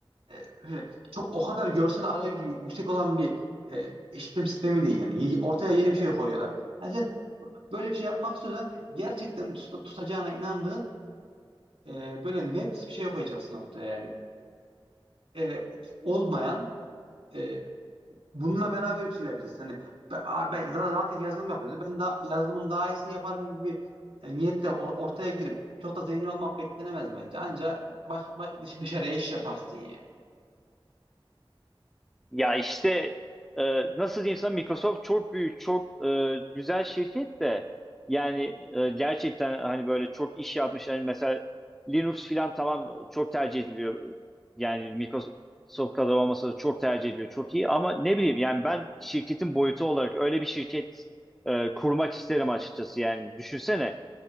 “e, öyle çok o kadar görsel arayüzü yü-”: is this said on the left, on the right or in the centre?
Right